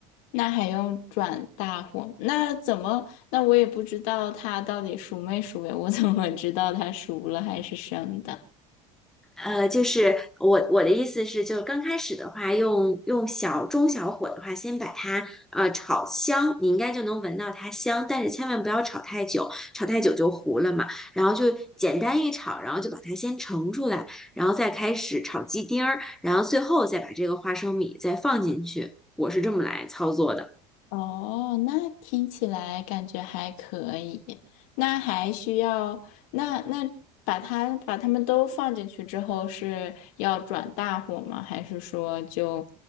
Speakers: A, on the left; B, in the centre.
A: 那还用转大火？那怎么？那我也不知道它到底熟没熟呀？<laughs> 我怎么知道它熟了还是生的？
B: 呃，就是我我的意思是，就是刚开始的话，用用小中小火的话，先把它呃炒香，你应该就能闻到它香，但是千万不要炒太久，炒太久就糊了嘛。然后就简单一炒，然后就把它先盛出来，然后再开始炒鸡丁儿，然后最后再把这个花生米再放进去。我是这么来操作的。
A: 哦，那听起来感觉还可以。那还需要，那那把它把它们都放进去之后是要转大火吗？还是说就